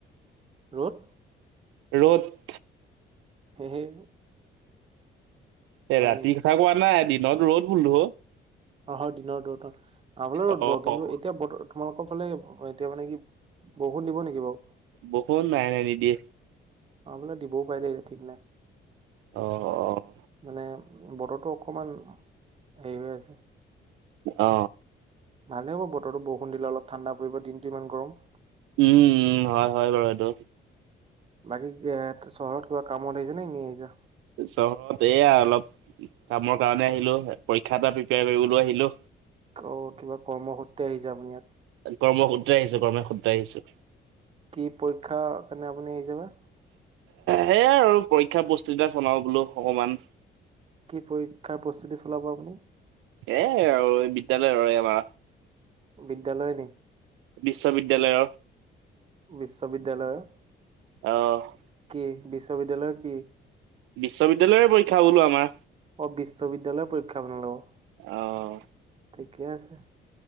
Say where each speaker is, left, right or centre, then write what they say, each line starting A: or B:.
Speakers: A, on the right; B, on the right.
A: ৰ'দ?
B: ৰ'দ।
A: <unintelligible>
B: এ
A: হয়
B: ৰাতি
A: নি
B: কথা কোৱা নাই দিনত ৰ'দ বোলো অ।
A: অ হয় দিনত ৰ'দ অ। আমাৰ ফালেও
B: অ'
A: ৰ'দ বাও কিন্তু এ এতিয়া বতৰ তোমালোকৰ ফালে এতিয়া মানে কি বৰষুণ দিব নিকি বাৰু?
B: বৰষুণ নাই নাই নিদিয়ে।
A: আমাৰ ফালে দিবও পাৰ দে ঠিক নাই
B: অ'
A: মানে বতৰটো অকমান হেৰি হৈ আছে।
B: অ।
A: ভালেই হ'ব বতৰটো বৰষুণ দিলে অলপ ঠাণ্ডা পৰিব দিনটো ইমান গৰম।
B: উম উম হয় হয় বাৰু সেইটো।
A: বাকী এ চহৰত কিবা কামত আহিছা নে ইনেই আহিছা?
B: চহৰত এইয়া অলপ কামৰ কাৰণে আহিলো, পৰীক্ষা এটা প্ৰিপেয়াৰ কৰিবলৈও আহিলো।
A: অ কিবা কৰ্মসূত্ৰে আহিছে আপুনি ইয়াত।
B: কৰ্মসূত্ৰে আহিছো কৰ্মসূত্ৰে আহিছো।
A: কি পৰীক্ষাৰ কাৰণে আপুনি আহিছে বা?
B: সেইয়াই আৰু পৰীক্ষা প্ৰস্তুতি এটা চলাও বোলো অকমান।
A: কি পৰীক্ষাৰ প্ৰস্তুতি চলাব আপুনি?
B: এ আৰু এই বিদ্যালয় আৰু এই আমাৰ।
A: বিদ্যালয় নি?
B: বিশ্ববিদ্যালয়ৰ।
A: বিশ্ববিদ্যালয়ৰ।
B: অ।
A: কি বিশ্ববিদ্যালয় কি?
B: বিশ্ববিদ্যালয়ৰ পৰীক্ষা বোলো আমাৰ।
A: অ বিশ্ববিদ্যালয়ৰ পৰীক্ষা আপোনালোকৰ
B: আহ
A: ঠিকে আছে।